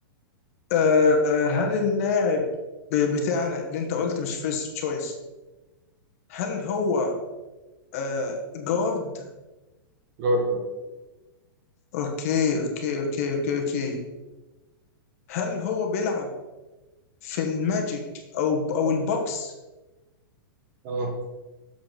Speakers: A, on the left (about 40°); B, on the right (about 30°).
A: آه، هل اللاعب ب- بتاعنا اللي انت قلت مش فيرست تشويس هل هو آه، جارد
B: جارد اه
A: اوكي اوكي اوكي اوكي اوكي هل هو بيلعب في الماجيك او او البوكس
B: اه